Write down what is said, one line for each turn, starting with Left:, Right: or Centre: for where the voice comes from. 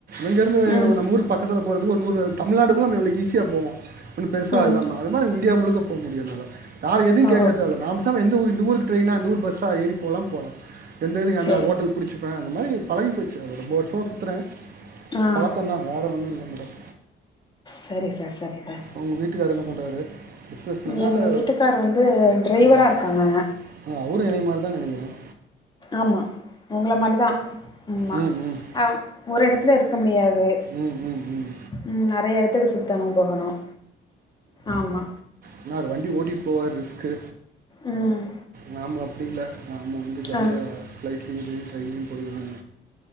Right: இங்கிருந்து
Left: ம்
Right: நம்ம ஊருக் பக்கத்துல போறதுக்கு ஒரு நூறு தமிழ்நாடு நம்ம எவ்ளோ ஈஸியா போவோம் ஒன்னும் பெருசா
Left: ம்
Right: இல்லாம அது மாரி இந்தியா முழுக்க போ முடியும் என்னால யார எதையும்
Left: ஓ
Right: கேட்க தேவை நா பேசாம எந்த ஊரு இந்த ஊருக் ட்ரெயின்னா அந்த ஊர் பஸ்ஸா ஏறி போலாம் போலாம் எந்த இதையு <unintelligible> அந்த
Left: சரி
Right: ஹோட்டல் பிடிச்சிப்பேன் அந்த மாதிரி பழகி போச்சு அது ரொம்ப வருஷமா சுத்துறேன்
Left: ஆ
Right: பழக்கமந்தான் வேற ஒன்னும் இல்ல மேடம்
Left: சரி சார் சரி சார்
Right: உங்க வீட்டுக்காரு என்ன பண்ணுறாரு பிஸ்னஸ் மேனா
Left: எங்கள்
Right: இல்லை
Left: வீட்டுக்கார் வந்து டிரைவரா
Right: ம்
Left: இருக்காங்க
Right: ஆ அவுரு என்னையமாரி தான் நெனைக்கிறேன்
Left: ஆமா உங்கள மாரி தான் ஆமா
Right: ம் ம் ம்
Left: அ ஒரு எடத்துல இருக்க முடியாது
Right: ம் ம் ம்
Left: ம் நிறைய இடத்துக்கு சுத்தனும் போகணும் ஆமா
Right: ஏன்னா அவர் வண்டி ஓட்டிட்டு போவார் ரிஸ்கு
Left: ம்
Right: நாம அப்டி இல்ல நாம வந்து ஜாலியா
Left: ஆ.
Right: ஃப்ளைட்லையும் செரி ட்ரெயின்லயும் போய்டுவேன்